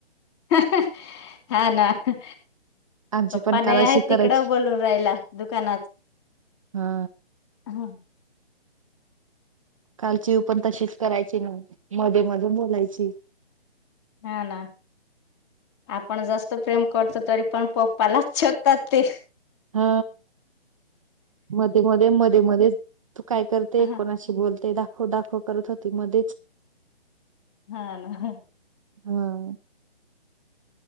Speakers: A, on the left (about 25°); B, on the right (about 30°).
A: <inaudible> हा ना ह
B: आमची
A: पप्पा
B: पण
A: नाही
B: काल अशी
A: आहे तिकड
B: करायची
A: बोलून राहिला दुकानात
B: हा
A: ह
B: काल चीूवू पण तशीच करायची ना मध्ये मध्ये बोलायची
A: ह ना आपण जास्त प्रेम करतो तरी पण पप्पालाच शकतात ते
B: हा मध्ये मध्ये मध्ये मध्ये तू काय करते
A: हा
B: कोणाशी बोलते दाख हो दाखव करत होती मध्येच
A: हा ना
B: हा